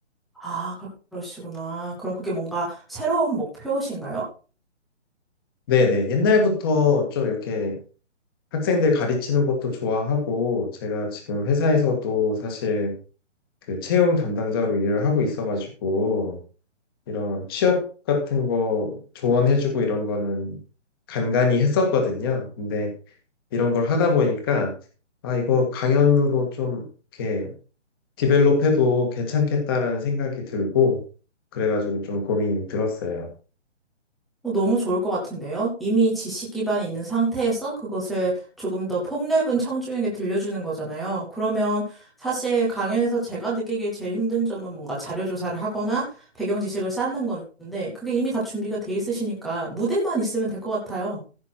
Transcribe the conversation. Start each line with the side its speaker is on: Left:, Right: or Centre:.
Centre: 아, 그러- 그러시구나. 그럼 그게 뭔가 새로운 목표신가요?
Left: 네네. 옛날부터 좀 이렇게 학생들 가르치는 것도 좋아하고 제가 지금 회사에서도 사실 그 채용 담당자로 일을 하고 있어가지고 이런 취업 같은 거 조언해주고 이런 거는 간간히 했었거든요. 근데 이런 걸 하다 보니까, 아, 이거 강연으로 좀 이렇게 디벨롭해도 괜찮겠다라는 생각이 들고, 그래가지고 좀 고민이 들었어요.
Centre: 어, 너무 좋을 것 같은데요? 이미 지식 기반이 있는 상태에서 그것을 조금 더 폭넓은 청중에게 들려주는 거잖아요. 그러면 사실 강연에서 제가 느끼기에 제일 힘든 점은 뭔가 자료 조사를 하거나 배경 지식을 쌓는 건데 그게 이미 다 준비가 돼 있으시니까 무대만 있으면 될 것 같아요.